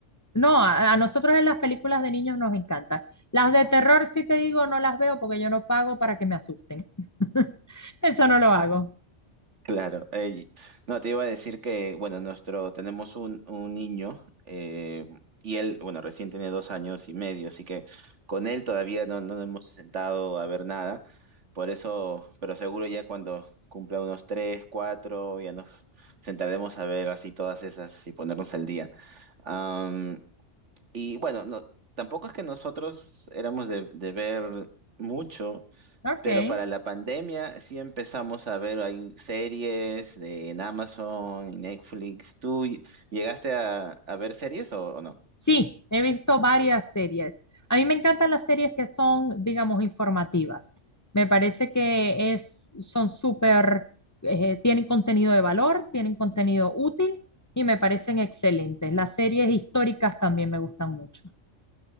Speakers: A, on the left; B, on the right.
A: No, a, a nosotros en las películas de niños nos encantan. Las de terror, sí te digo, no las veo porque yo no pago para que me asusten. <laughs> Eso no lo hago.
B: Claro, eh, no, te iba a decir que, bueno, nuestro, tenemos un, un niño eh, y él, bueno, recién tiene dos años y medio, así que con él todavía no, no nos hemos sentado a ver nada, por eso, pero seguro ya cuando cumpla unos tres, cuatro, ya nos sentaremos a ver así todas esas y ponernos al día. Am, y bueno, no, tampoco es que nosotros éramos de, de ver mucho.
A: Ok.
B: Pero para la pandemia sí empezamos a ver hay series de, en Amazon y Netflix. ¿Tú ll- llegaste a, a ver series o, o no?
A: Sí, he visto varias series. A mí me encantan las series que son, digamos, informativas. Me parece que es, son súper, eh, tienen contenido de valor, tienen contenido útil y me parecen excelentes. Las series históricas también me gustan mucho.